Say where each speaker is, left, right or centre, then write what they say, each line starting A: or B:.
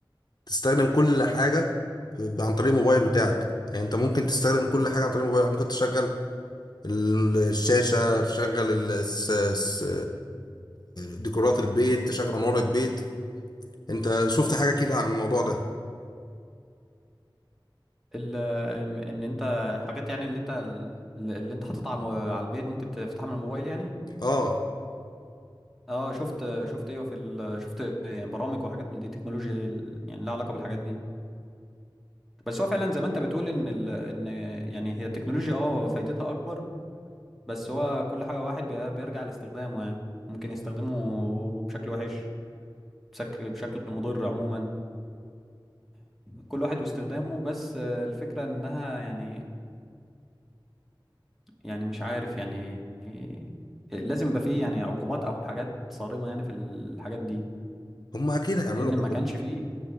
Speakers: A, on the left (about 55°); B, in the centre.
A: تستخدم كل حاجه في- عن طريق الموبايل بتاعك يعني انت ممكن تستخدم كل حاجه عن طريق موبايلك ممكن تشغل ال- الشاشه تشغل ال- الس- الس- ديكورات البيت تشغل انوار البيت انت شفت حاجه كده عن الموضوع ده
B: ال- ان إن انت حاجات يعني اللي انت اللي انت حاططها على المو- على البيت ممكن تفتحها من الموبايل يعني
A: اه
B: اه شفت شفت ايوه في ال... شفت يعني برامج وحاجات من دي تكنولوجيا يعني لها علاقة بالحاجات دي بس هو فعلا زي ما انت بتقول ان ال... ان يعني هي التكنولوجيا اه فايدتها اكبر بس هو كل حاجة واحد بي- بيرجع لاستخدامه يعني ممكن يستخدمه بشكل وحش بشك- بشكل مضر عموما كل واحد واستخدامه بس آه، الفكرة انها يعني يعني مش عارف يعني لازم يبقى فيه يعني عقوبات او حاجات صارمة يعني في الحاجات دي
A: هم اكيد هيعملوا
B: لان
A: عقوبات
B: ما كانش فيه